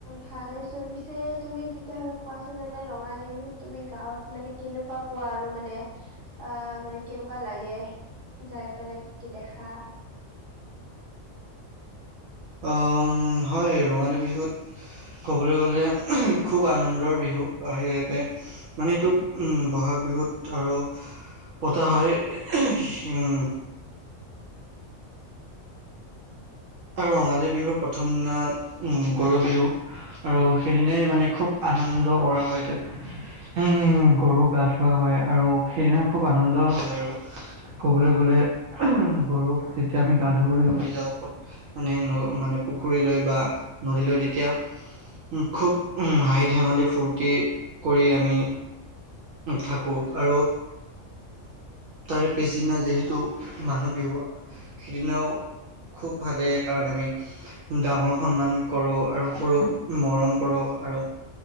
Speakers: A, on the right (about 55°); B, on the right (about 80°).
A: ভালে চোন। পিছে তুমি তেতিয়াহ'লে কোৱাচোন এনে ৰঙালী বিহুত তুমি গাঁৱত মানে কেনেকুৱা পোৱা আৰু মানে অ মানে কেনেকুৱা লাগে যাই পেলাই? কি কি দেখা?
B: অ হয় ৰঙালী বিহুত ক'বলৈ গ'লে খুব আনন্দৰ বিহু। সেইবাবে মানে এইটো উম বহাগ বিহুত ধৰক পতা হয়, উম আৰু ৰঙালী বিহুৰ প্ৰথম দিনা উম গৰু বিহু। আৰু সেইদিনাই মানে খুব আনন্দ কৰা হয়গৈ। উম গৰু গা ধৱা হয় আৰু সেইদিনা খুব আনন্দ হয় আৰু। কবলৈ গ'লে উ গৰুক যেতিয়া আমি গা ধুবলৈ লৈ যাওঁ মানে মানে পুখুৰীলৈ বা নদীলৈ তেতিয়া খুব হাঁহি ধেমালি ফূৰ্তি কৰি আমি থাকো। আৰু তাৰে পিছদিনা যিহেতু মানুহ বিহু, সেইদিনাও খুব সেই কাৰণে আমি ডাঙৰক সন্মান কৰো, আৰু সৰুক মৰম কৰো, আৰু